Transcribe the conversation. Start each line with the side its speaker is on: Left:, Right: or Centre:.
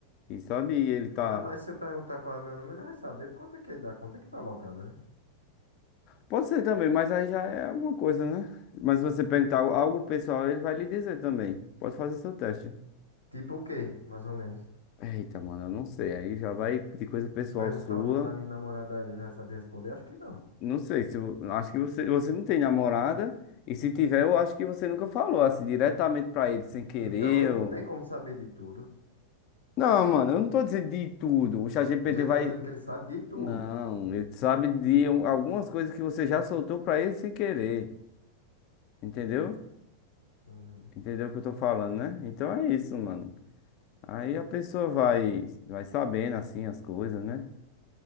Left: E e sabe, ele tá.
Right: Não, mas se eu perguntar qual é meu nome, ele vai saber por conta que ele dá conta que tá logada, né?
Left: Pode ser também, mas aí já é alguma coisa, né? Mas se você perguntar algo algo pessoal, ele vai lhe dizer também. Pode fazer seu teste.
Right: Tipo o quê, mais ou menos?
Left: Eita, mano, eu não sei. Aí já vai de coisa pessoal
Right: Perguntar
Left: sua.
Right: o nome da minha namorada a ele, ele vai saber responder? Acho que não.
Left: Não sei se eu acho que você, você não tem namorada. E se tiver, eu acho que você nunca falou assim diretamente pra ele, sem querer.
Right: Então ele
Left: Ou...
Right: não tem como saber de tudo.
Left: Não, mano, eu não tô dizendo de tudo. O ChatGPT
Right: Você
Left: vai.
Right: tá dizendo que ele sabe de tudo.
Left: Não, ele sabe de um- algumas coisas que você já soltou pra ele sem querer. Entendeu?
Right: Uhum.
Left: Entendeu o que eu tô falando, né? Então é isso, mano. Aí a pessoa vai, vai sabendo assim as coisas, né?